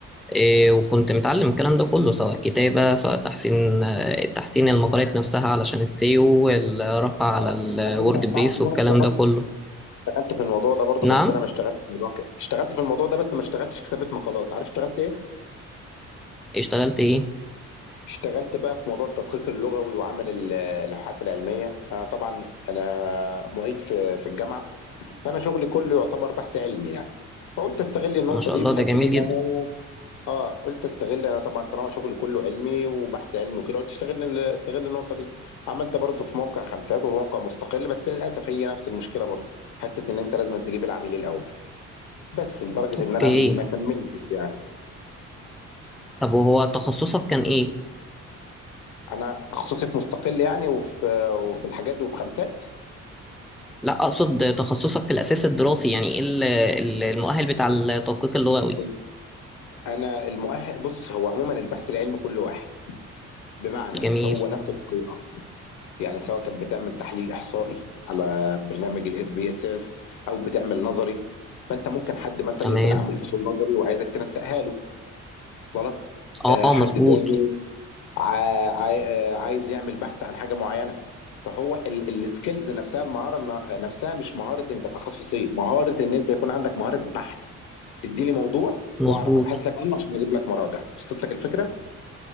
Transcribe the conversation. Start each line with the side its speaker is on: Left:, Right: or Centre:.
Centre: إيه، وكنت متعلم الكلام ده كله سواء كتابة سواء تحسين آه، تحسين المقالات نفسها علشان السيو والرفع على
Left: اه
Centre: الوورد
Left: على فكره انت
Centre: بريس
Left: عارف ان
Centre: والكلام
Left: انا اشتغلت
Centre: ده كله
Left: اشتغلت في الموضوع ده برضو بس
Centre: نعم
Left: انا ما اشتغلت في الموضوع ك- اشتغلت في الموضوع ده بس ما اشتغلتش كتابه مقالات عارف اشتغلت ايه
Centre: اشتغلت ايه
Left: اشتغلت بقى في موضوع التدقيق اللغوي وعمل ال- الابحاث العلميه انا طبعا انا معيد في في الجامعه فانا شغلي كله يعتبر بحث علمي يعني فقلت استغل النقطه
Centre: ما شاء
Left: دي
Centre: الله
Left: في
Centre: ده
Left: حته
Centre: جميل
Left: ان
Centre: جدا
Left: انا قلت استغل انا طبعا طالما شغلي كله علمي وبحث علمي وكده قلت استغل استغل النقطه دي عملت برضه في موقع خمسات وفي موقع مستقل بس للاسف هي نفس المشكله برضه حته ان انت لازم تجيب العميل الاول بس لدرجه
Centre: اوكي
Left: ان انا ما كملتش يعني
Centre: طب وهو تخصصك كان ايه
Left: انا تخصصي في مستقل يعني وفي وفي الحاجات دي وفي خمسات
Centre: لا اقصد تخصصك في الاساس الدراسي يعني ايه ال- ال- المؤهل بتاع التدقيق اللغوي
Left: كنت انا المؤهل بص هو عموما البحث العلمي كله واحد بمعنى
Centre: جميل
Left: هو نفس الطريقه يعني سواء كانت بتعمل تحليل احصائي على برنامج الاس بي اس اس او بتعمل نظري فانت ممكن حد مثلا
Centre: تمام
Left: يكون عامل فصول نظري وعايزك تنسقها له وصل لك
Centre: اه
Left: آه، حد
Centre: مظبوط
Left: تاني عا- عاي- آه، عايز يعمل بحث عن حاجه معينه فهو السكيلز نفسها المهاره ن- نفسها مش مهاره انت تخصص ايه مهاره ان انت يكون عندك مهاره بحث تديني موضوع
Centre: مظبوط
Left: واعرف ابحث لك عنه عشان اجيب لك مراجع وصلت لك الفكره